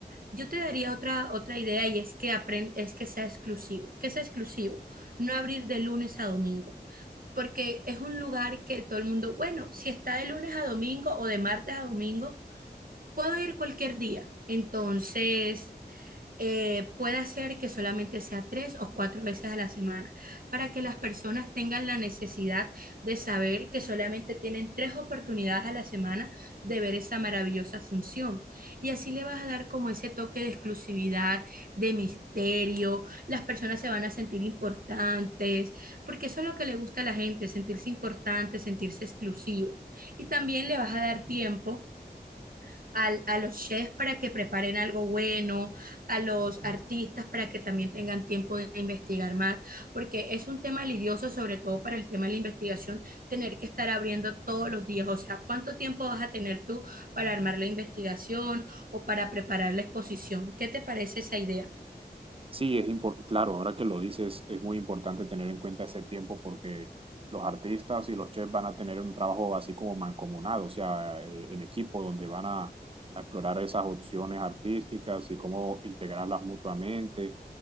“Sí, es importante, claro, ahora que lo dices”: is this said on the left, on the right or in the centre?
Right